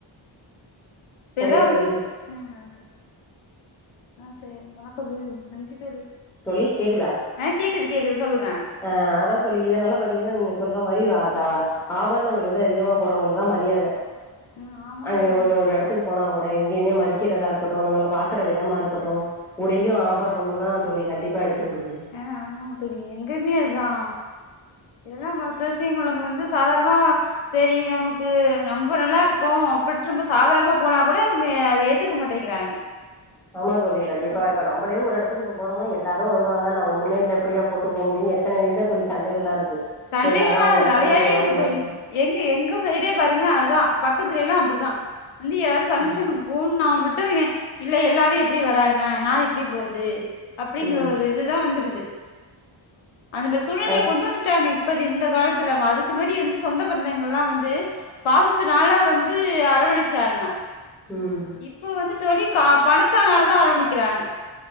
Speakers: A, in the centre; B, on the left (about 85°).
A: சரியா
B: எதோ வந்
A: தோழி
B: அ அ அது அ சே வணக்கம் தோழி நன்றி தோழி
A: தோழி கேக்குதா
B: ஆ கேக்குது கேக்குது சொல்லுங்க
A: ஆ அதா தோழி இதனால பாத்தீங்கனா நீங்க சொல்ற மாரி வாதாவா ஆபரணங்கள் வந்து அதிகமா போட்றவங்கதா மரியாத
B: ஆ ஆமாங்க
A: அங்க
B: தோழி
A: ஒரு ஒரு எடத் த்துக்கு போனா கூட எங்கேயுமே மதிக்கிறதா இருக்கட்டு நம்மள பாக்கற விதமா இருக்கட்டு உடையு ஆபரணமுந்தா தோழி கண்டிப்பா எடுத்து குடுக்குது
B: ஆ ஆமாங்க தோழி எங்கயுமே அதுதா இதலா மத்த விஷ்யங்கள் நம்ம வந்து சாதாரமா சேரி நமக்கு ரொம்ப நல்லா இருக்கோ அப்பிட் நம்ம சாதாரமா போனா கூட இவுங்க அத ஏத்துக்க மாட்டேங்கிறாங்க <inaudible>
A: ஆமாந் தோழி கண்டிப்பா
B: ஆ
A: இப்ப நம்பளே ஒரு எடத் த்துக்கு இப்போ போரோமோ எல்லாரு வருவாங்க நா ஒன்னுமே இல்ல இப்டியா போட்டு போ முடியு எத்தனை வீட்ல தோழி சண்டைகள்லா இருக்கு
B: சண்டைகள்லா
A: எல்லாரு அவங்க எத
B: நெறயாவே
A: போட்டு வருவாங்க
B: இருக்கு
A: எத
B: தோழி
A: போட்டு
B: எங்க எங்க சைடேப் பாருங்க அதா பக்கத்துல எல்லா அப்டிதா வந்து எதாவது ஃபங்க்ஷனுக்கு
A: ம்
B: போன்னா மட்டு ஏ இல்ல எல்லாரு எப்டி வராங்க நா எப்டி போறது அப்டிங்கிற
A: ம்
B: ஒரு இதுதா வந்துருது அந்த மேரி சூழ்நிலைய
A: அ
B: கொண்டு வந்துட்டாங்க இப் இப்பது இந்த காலத்து இல்லாம அதுக்கு முன்னாடி வந்து சொந்த பந்தங்கள்லா வந்து பாசத்தனால வந்து அரவணிச்சாங்க
A: ம்
B: இப்போ வந்து தோழி கா பணத்தானாலதா அரவணிக்கிறாங்க